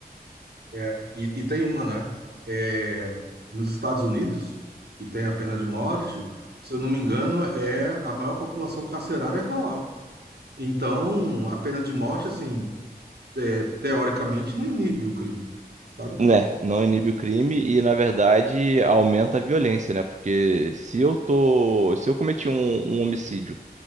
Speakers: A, on the right; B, on the right.
A: É, e, e tem uma, né? É, nos Estados Unidos, que tem a pena de morte, se eu não me engano, é a maior população carcerária está lá. Então, a pena de morte, assim, é, teoricamente, não inibe o crime, sabe?
B: Né, não inibe o crime e, na verdade, aumenta a violência, né? Porque se eu tô, se eu cometi um, um homicídio